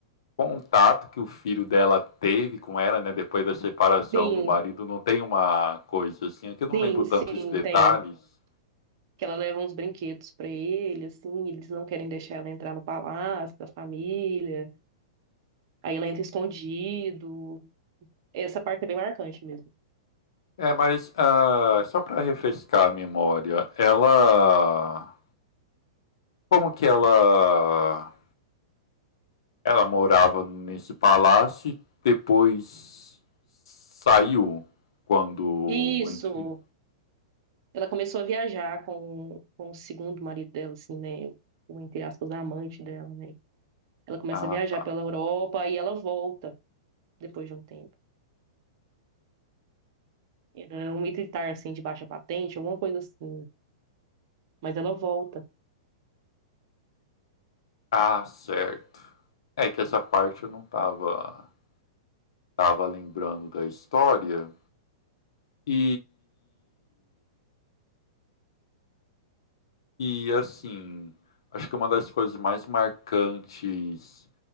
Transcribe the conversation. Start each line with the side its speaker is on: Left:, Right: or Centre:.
Left: contato que o filho dela teve com ela, né, depois da separação
Right: Sim,
Left: do marido, não tem uma coisa assim, é que eu não
Right: sim,
Left: lembro tantos
Right: sim,
Left: detalhes.
Right: tem. Que ela leva uns brinquedos pra ele, assim, e eles não querem deixar ela entrar no palácio da família. Aí ela entra escondido. Essa parte é bem marcante mesmo.
Left: É, mas ah, só para refrescar a memória, ela como que ela ela morava nesse palácio e depois saiu quando,
Right: Isso,
Left: enfim.
Right: Ela começou a viajar com, com o segundo marido dela, assim, né? O, o, entre aspas, amante dela, né? Ela começa
Left: Ah,
Right: a viajar
Left: tá.
Right: pela Europa e ela volta depois de um tempo. Era um militar, assim, de baixa patente, alguma coisa assim. né, Mas ela volta.
Left: Ah, certo. É que essa parte eu não tava tava lembrando da história. E e assim, acho que uma das coisas mais marcantes